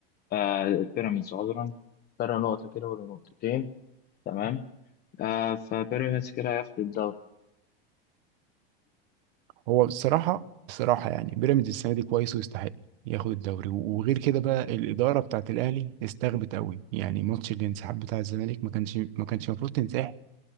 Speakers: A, on the left; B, on the right.
A: آه، البيراميدز عذرا فرق نقطة كده ولا نقطتين تمام آه، فبيراميدز كده هياخد الدوري.
B: هو بصراحة بصراحة يعني بيراميدز السنة دي كويس ويستحق ياخد الدوري وغير كده بقى الإدارة بتاعت الأهلي استغبت قوي يعني ماتش الانسحاب بتاع الزمالك ما كانش ما كانش المفروض تنسحب